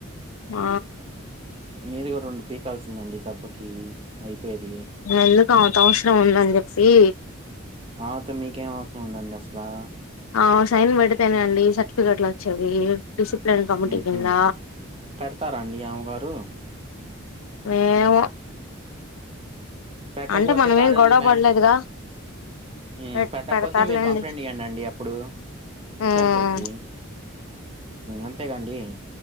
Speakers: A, on the left (about 85°); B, on the right (about 25°).
A: ఆ
B: మీరు గూడా రెండు పీకాల్సిందండి దెబ్బకి అయిపోయేది
A: ఎందుక్ ఆమెతో అవసరం ఉందని చెప్పి
B: ఆమెతో మీకేం అవసరం ఉందండి అసలా
A: ఆమే సైన్ పెడితేనే అండి సర్టిఫికేట్లు వచ్చేవి డిసిప్లిన్ కమిటీ
B: మ్
A: కింద
B: హు పెడతారా అండి ఆమే గారు
A: ఏమో
B: పెట్టకపోతే
A: అంటే మనమేం
B: కాలేజీ
A: గొడవ
B: బ్యా
A: పడలేదుగా
B: హు
A: పె
B: పెట్టకపోతే
A: పెడతారులేండి
B: మీరు కంప్లైంట్ ఇయ్యండండి అప్పుడు
A: ఉమ్
B: సరిపోయిద్ది అంతేగాండి